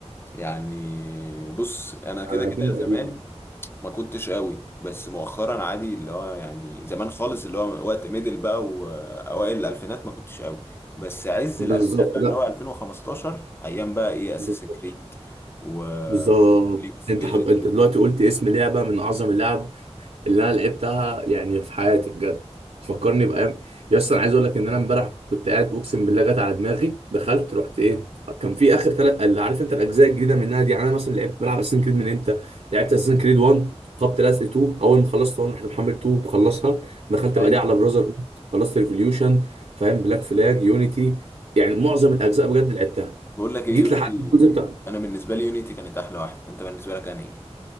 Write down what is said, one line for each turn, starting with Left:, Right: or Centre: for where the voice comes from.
Left: يعني بص انا كده
Right: على
Left: كده
Right: قديم القديم
Left: زمان ما كنتش قوي بس مؤخرا عادي اللي هو يعني زمان خالص اللي هو وقت ميدل بقى واوائل الالفينات ما كنتش قوي بس عز
Right: بالظبط
Left: الالفينات بقى
Right: لا
Left: اللي هو 2015 ايام بقى ايه اساس
Right: بالظبط
Left: كريد و
Right: بالظبط.
Left: ليج اوف
Right: انت
Left: ليجندز
Right: حض... انت
Left: ومورتال.
Right: دلوقتي قلت اسم لعبه من اعظم اللعب اللي انا لعبتها يعني في حياتي بجد تفكرني بايام يا اسطى انا عايز اقول لك ان انا امبارح كنت قاعد اقسم بالله جت على دماغي دخلت رحت ايه كان في اخر ثلاث اللي عارف انت الاجزاء الجديده منها دي يعني انا مثلا لعبت بلعب اساسن كريد من امتى لعبت اساسن كريد 1 خبط لزق 2 اول ما خلصت 1 رحت محمل 2 وخلصها دخلت
Left: ايوه
Right: بقى دي على براذر هود خلصت ريفوليوشن فاهم بلاك فلاج يونيتي يعني معظم الاجزاء بجد لعبتها
Left: بقول لك ايه
Right: جيت
Left: يونيتي
Right: لحد الجزء بتاع
Left: انا بالنسبه لي يونيتي كانت احلى واحده انت بالنسبه لك انا ايه